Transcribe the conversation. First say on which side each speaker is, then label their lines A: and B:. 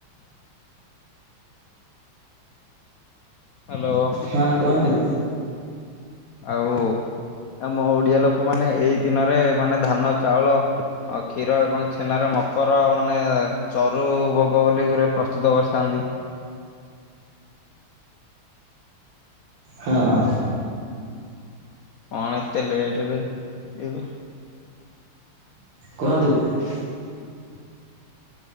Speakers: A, on the left; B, on the right.
A: ହ୍ୟାଲୋ
B: ହଁ କୁହନ୍ତୁ।
A: ଆଉ ଆମ ଓଡିଆ ଲୋକମାନୋନ ଏଇ ଦିନରେ ମାନେ ଧାନ ଚାଉଳ ଅ କ୍ଷୀର ଏବଂ ଛେନାରେ ମକର ମାନେ ଚରୁ ବୋଗ ବୋଲି ଗୁରେ ପ୍ରସ୍ତୁତ କରିଥାନ୍ତି।
B: ହଁ।
A: କଣ ଏତେ ଲେଟ ରେ ଇଏ କରୁ
B: କୁହନ୍ତୁ।
A: <inaudible>